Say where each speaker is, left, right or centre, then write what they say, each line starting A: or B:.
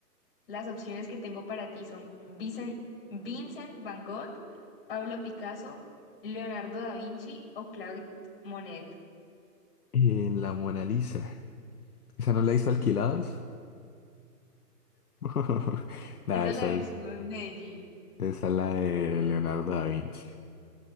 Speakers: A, on the left (about 35°); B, on the left (about 65°).
A: Las opciones que tengo para ti son Vicen- Vincent, Van Gogh, Pablo Picasso, Leonardo da Vinci o Claude Monet.
B: Eh, la Mona Lisa, ¿esa no la
A: Sí.
B: hizo Alquilados? <laughs> Nada,
A: Esa es
B: esa
A: la
B: es,
A: versión Medellín.
B: esa es la de Leonardo da Vinci.